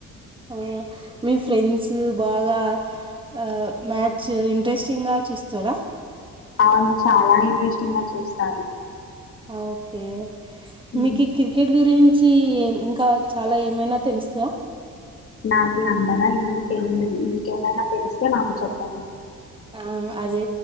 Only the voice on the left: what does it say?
అవును చాలా ఇంట్రెస్టింగా చూస్తారు.
హ్మ్.
నాకి అంటారా ఇంకెం ఇంకేమైనా తెలిస్తే నాకు చెప్పండి